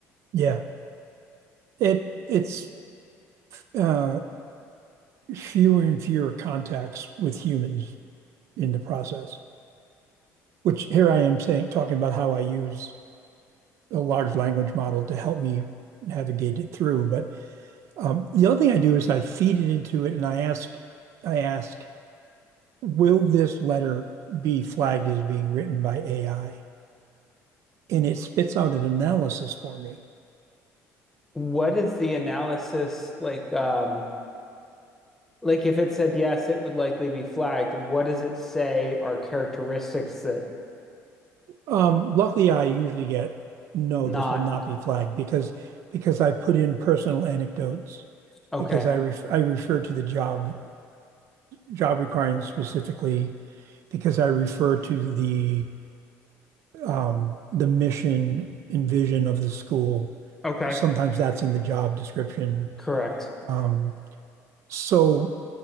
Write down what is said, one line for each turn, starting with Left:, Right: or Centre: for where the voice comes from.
Right: Yeah. It it's uh fewer and fewer contacts with humans in the process, which here I am saying talking about how I use a large language model to help me navigate it through. But um, the other thing I do is I feed it into it and I ask, I ask, will this letter be flagged as being written by AI? and it spits out an analysis for me.
Centre: What is the analysis like um like if it said yes, it would likely be flagged. What does it say are characteristics that
Right: Um, luckily, I usually get no, this
Centre: not?
Right: will not be flagged because because I put in personal anecdotes
Centre: <laughs> okay.
Right: because I ref I refer to the job job requirements specifically because I refer to the um, the mission and vision of the school.
Centre: Okay.
Right: Sometimes that's in the job description.
Centre: Correct.
Right: Um, So,